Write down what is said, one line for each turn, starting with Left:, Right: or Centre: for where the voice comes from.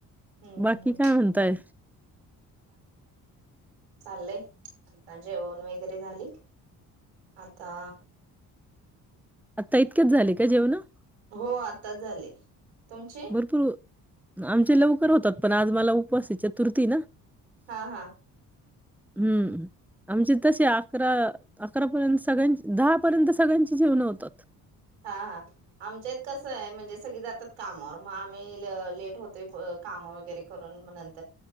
Right: हम्म
Centre: बाकी
Right: हम्म
Centre: काय म्हणताय,
Right: चालंय आता जेवण वगैरे झाली. आता
Centre: आता इतकेच झाले का जेवण.
Right: हो आता झाले. तुमचे?
Centre: भरपूर आमचे लवकर होतात. पण आज मला उपवास हे चतुर्थी ना,
Right: हा हा.
Centre: हम्म आमचे तसे अकरा अकरा पर्यंस सगळ्यांच दहा पर्यंत सगळ्यांच जेवल होत.
Right: हा हा आमच्यात कसं हाय म्हणजे सगळी जातात कामावर म आम्ही ल लेट होतोय प काम वगैरे करून म नं, <unintelligible>